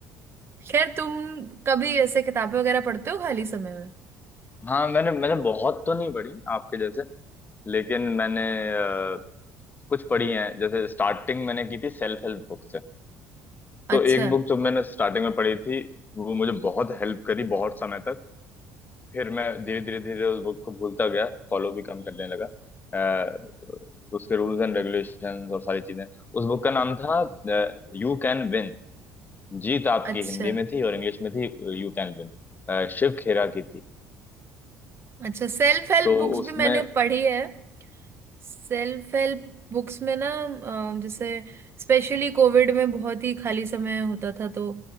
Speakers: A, on the right; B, on the left.
A: खैर तुम कभी ऐसे किताबें वगैरह पढ़ते हो खाली समय में
B: हाँ मैंने मैंने बहुत तो नहीं पढ़ी आपके जैसे लेकिन मैंने अ, कुछ पढ़ी हैं जैसे स्टार्टिंग मैंने की थी सेल्फ हेल्प बुक से तो
A: अच्छा
B: एक बुक जो मैंने स्टार्टिंग में पढ़ी थी वो मुझे बहुत हेल्प करी बहुत समय तक फिर मैं धीरे धीरे धीरे उस बुक को भूलता गया फॉलो भी कम करने लगा अ, उसके रूल्स एंड रेगुलेशंस और सारी चीजें उस बुक का नाम था यू कैन विन जीत आपकी
A: अच्छा
B: हिंदी में थी और इंग्लिश में थी You can win Shiv Khera की थी
A: अच्छा सेल्फ हेल्प
B: तो
A: बुक्स
B: उसमें
A: भी मैंने पढ़ी है सेल्फ हेल्प बुक्स में ना अ, जैसे स्पेशली कोविड में बहुत ही खाली समय होता था तो